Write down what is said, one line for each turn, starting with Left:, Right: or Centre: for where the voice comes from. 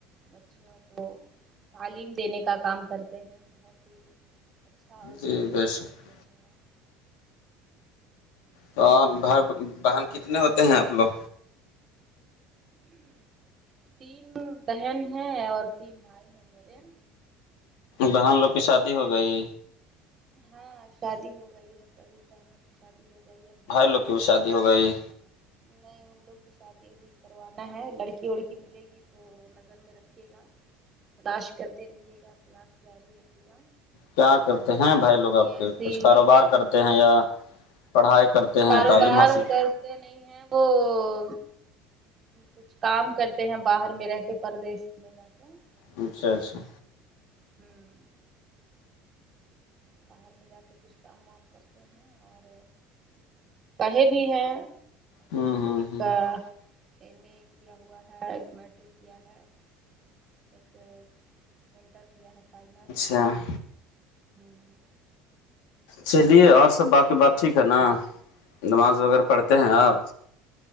Right: بچیوں کو تعلیم دینے کا کا کام کرتے ہیں بہت ہی اچھا اور
Left: جی
Right: نیک
Left: بے
Right: کام
Left: شک
Right: کرتے ہیں آپ
Left: تو بھائی باہن کتنے ہوتے ہیں آپ لوگ
Right: تین بہن ہیں اور تین بھائی ہیں میرے
Left: بہن لوگ کی شادی ہو گئی
Right: ہاں شادی ہو گئی ہے سبھی بہنوں کی شادی ہو گئی ہے بھائی
Left: لوگ کی بھی
Right: بچے
Left: شادی
Right: ہوئے
Left: ہو گئی
Right: نہیں ان لوگ کی شادی بھی کروانا ہے لڑکی وڑکی ملے گی تو نظر میں رکھیے گا تلاش کرتے رہیے گا تلاش جاری رکے گا
Left: کیا کرتے ہیں بھائی لوگ
Right: کوئی
Left: آپ
Right: ایسی
Left: کے کچھ کاروبار کرتے ہیں یا پڑھائی کرتے
Right: کاروبار
Left: ہیں تعلیم حاصل
Right: کرتے نہیں ہے وہ کچھ کام کرتے ہیں باہر میں رہ کے پردیس میں جاتے ہیں
Left: اچھا اچھا
Right: ہمم باہر میں جا کے کچھ کام وام کرتے ہیں اور پڑھے بھی ہیں <unintelligible>
Left: ہوں ہوں
Right: ایک
Left: ہوں
Right: ایم ا کیا ہوا ہے میٹرک کیا ہے <unintelligible> ایک انٹر کیا ہے فائنل
Left: ج <unintelligible>
Right: ہوں
Left: چلیے اور سب باقی بات ٹھیک ہے نا نماز وغیرہ پڑھتے ہیں آپ